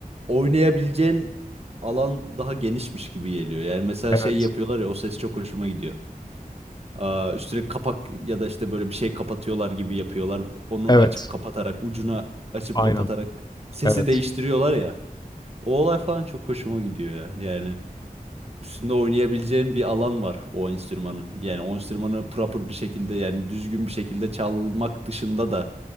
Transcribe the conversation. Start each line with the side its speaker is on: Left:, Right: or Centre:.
Right: oynayabileceğin alan daha genişmiş gibi geliyor. Yani mesela
Left: Evet.
Right: şey yapıyorlar ya o ses çok hoşuma gidiyor. Aa, üstüne kapak ya da işte böyle bir şey kapatıyorlar gibi yapıyorlar. Onu
Left: Evet.
Right: açıp kapatarak ucuna açıp
Left: Aynen.
Right: kapatarak sesi
Left: Evet.
Right: değiştiriyorlar ya. O olay falan çok hoşuma gidiyor ya. Yani üstünde oynayabileceğin bir alan var o enstrümanın. Yani o enstrümanı proper bir şekilde yani düzgün bir şekilde çalmak dışında da